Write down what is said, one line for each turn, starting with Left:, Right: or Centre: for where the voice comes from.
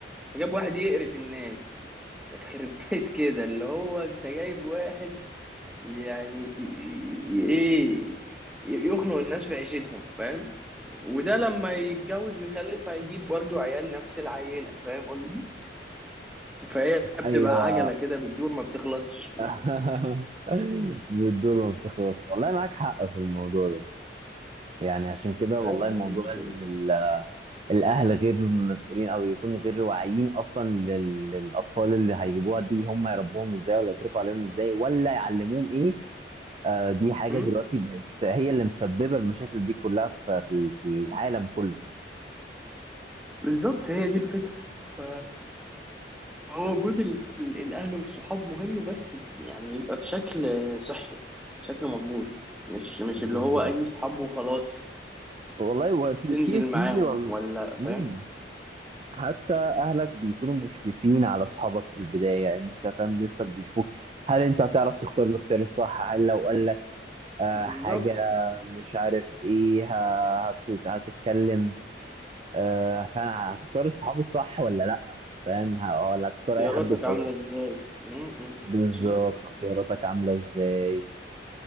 Centre: جاب واحد يقرف في الناس يخرب بيت كده اللي هو انت جايب واحد يعني ي- ي- ايه ي- يخنق الناس في عيشتهم فاهم وده لما يتجوز ويخلف هيجيب برضو عيال نفس العينة فاهم قصدي فهي بتبقى
Right: أيوه
Centre: عجلة كده بتدور ما بتخلصش
Right: <laughs> بالدور ما بتخلص والله معاك حق في الموضوع ده يعني عشان كده
Centre: فاهم
Right: والله موضوع
Centre: مشكلة
Right: إن ال- الأهل غير مسؤولين أو يكون غير واعيين أصلا لل- للأطفال اللي هيجيبوها دي هم هيربوهم إزاي ولا يصرفوا عليهم إزاي ولا يعلموهم إيه آه، دي حاجة
Centre: هم؟
Right: دلوقتي بقت هي اللي مسببة المشاكل دي كلها في في في العالم كله
Centre: بالظبط هي دي الفكرة ف هو وجود ال- الأهل والصحاب مهم بس يعني يبقى بشكل صحي بشكل مظبوط مش مش
Right: بالظبط
Centre: اللي هو أي صحاب وخلاص
Right: والله هو في
Centre: تنزل
Right: في في
Centre: معاهم
Right: وال...
Centre: ولا
Right: مم.
Centre: فاهم
Right: حتى اهلك بيكونوا مشرفين على اصحابك في البدايه انت فاهم لسه بيشوفوك هل انت هتعرف تختار الاختيار الصح هل لو قال لك آه
Centre: بالظبط
Right: حاجه مش عارف ايه ه- هت... هتتكلم آه فانا هتختار الصحاب الصح ولا لا فاهم ه- آه، ولا هتختار
Centre: اختياراتك
Right: اي حد وخلاص
Centre: عاملة ازاي م- م.
Right: بالظبط
Centre: بالظبط
Right: اختياراتك عامله ازاي